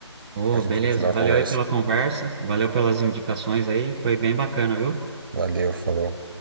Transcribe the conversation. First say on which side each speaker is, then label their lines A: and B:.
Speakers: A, on the right (about 15°); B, on the right (about 45°).
A: Ô,
B: Pra gente
A: beleza.
B: continuar a
A: Valeu
B: conversa.
A: aí pela conversa. Valeu pelas indicações aí. Foi bem bacana, viu?
B: Valeu, falou.